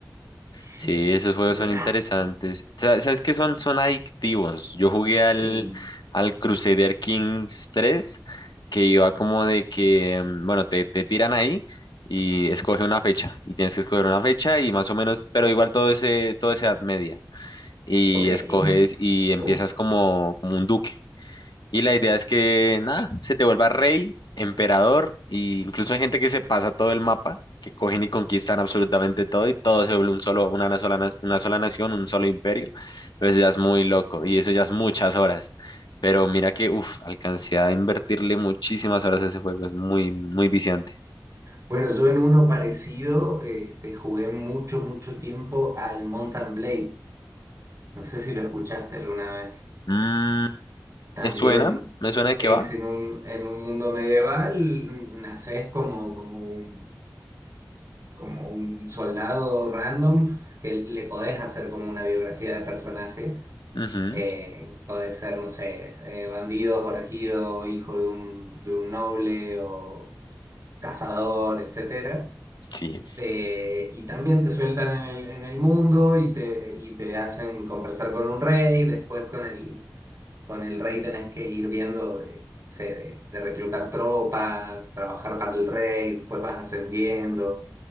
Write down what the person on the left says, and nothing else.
Sí,
esos juegos
son interesantes. Sa- ¿Sabes qué son? Son adictivos. Yo jugué
al, al Crusader Kings tres, que iba como de que, mm, bueno, te, te tiran ahí y escoge una fecha. Y tienes que escoger una fecha y más o menos, pero igual todo ese, todo esa edad media. Y
escoges y empiezas
como, como un duque. Y la idea es que, nada, se te vuelva rey, emperador, e incluso hay gente que se pasa todo el mapa, que cogen y conquistan absolutamente todo y todo se vuelve un solo, una, na- sola, na- una sola nación, un solo imperio. Pero eso ya es muy loco y eso ya es muchas horas. Pero mira que, uff, alcancé a invertirle muchísimas horas a ese juego, es muy, muy viciante.
Mm,
me suena, me suena de qué
va.
Ujú,
sí.